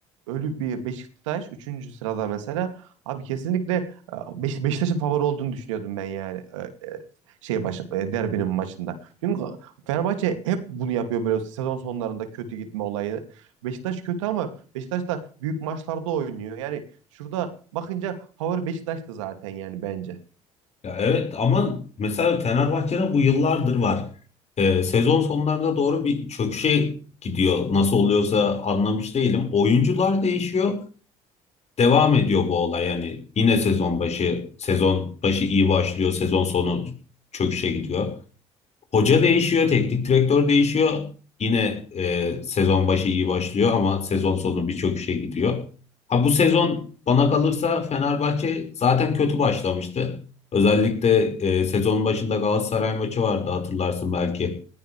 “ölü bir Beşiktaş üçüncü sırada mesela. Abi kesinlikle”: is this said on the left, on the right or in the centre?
Right